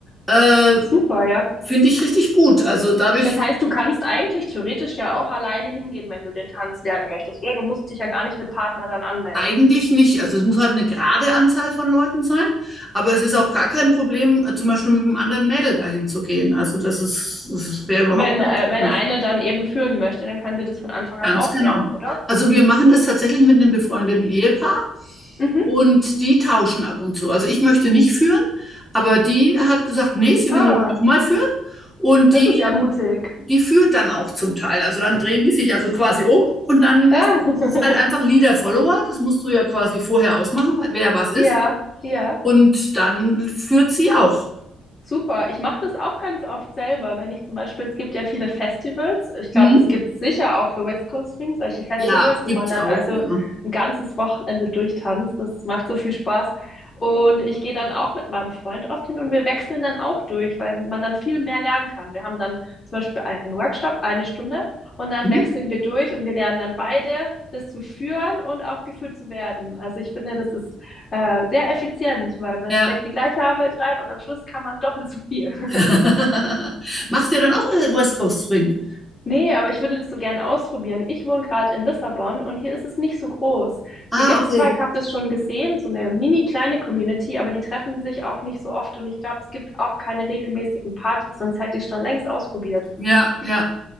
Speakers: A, in the centre; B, on the left.
A: äh,
B: super, ja.
A: finde ich richtig gut. Also dadurch
B: Das heißt, du kannst eigentlich theoretisch ja auch alleine hingehen, wenn du den Tanz lernen möchtest, oder? Du musst dich ja gar nicht mit Partner dann anmelden.
A: Eigentlich nicht. Also es muss halt eine gerade Anzahl von Leuten sein, aber es ist auch gar kein Problem, äh, zum Beispiel mit einem anderen Mädel dahin zu gehen. Also das ist, das wäre überhaupt
B: Wenn,
A: kein
B: äh,
A: Problem.
B: wenn eine dann eben führen möchte, dann kann sie das von Anfang
A: Ganz
B: an auch
A: genau.
B: lernen, oder?
A: Also wir machen das tatsächlich mit einem befreundeten Ehepaar
B: Mhm.
A: und die tauschen ab und zu. Also ich möchte nicht führen, aber die hat gesagt, nee, sie
B: Ah,
A: will jetzt auch mal führen. Und
B: das
A: die,
B: ist ja mutig.
A: die führt dann auch zum Teil. Also dann drehen die sich also quasi um und dann
B: Ah,
A: ist
B: <laughs>
A: es halt einfach Leader-Follower. Das musst du ja quasi vorher ausmachen, wer was ist.
B: ja, ja.
A: Und dann führt sie auch.
B: Super. Ich mache das auch ganz oft selber. Wenn ich zum Beispiel, es gibt ja viele Festivals. Ich glaube,
A: Mhm.
B: das gibt es sicher auch für West Coast Swing, solche Festivals,
A: Ja, gibt's
B: wo man dann
A: auch,
B: also
A: ja.
B: ein ganzes Wochenende durchtanzt. Das macht so viel Spaß. Und ich gehe dann auch mit meinem Freund oft hin und wir wechseln dann auch durch, weil man dann viel mehr lernen kann. Wir haben dann zum Beispiel einen Workshop, eine Stunde, und dann
A: Mhm.
B: wechseln wir durch und wir lernen dann beide, das zu führen und auch geführt zu werden. Also ich finde, das ist Äh, sehr effizient, weil man
A: Ja.
B: steckt die gleiche Arbeit rein und am Schluss kann man doppelt so viel. <laughs>
A: <laughs> Machst du ja dann auch äh, West Coast Swing?
B: Nee, aber ich würde das so gern ausprobieren. Ich wohne gerade in Lissabon und hier ist es nicht so groß.
A: Ah,
B: Hier gibt
A: okay.
B: es zwar, ich habe das schon gesehen, so eine mini kleine Community, aber die treffen sich auch nicht so oft und ich glaube, es gibt auch keine regelmäßigen Partys, sonst hätte ich es schon längst ausprobiert.
A: Ja, ja.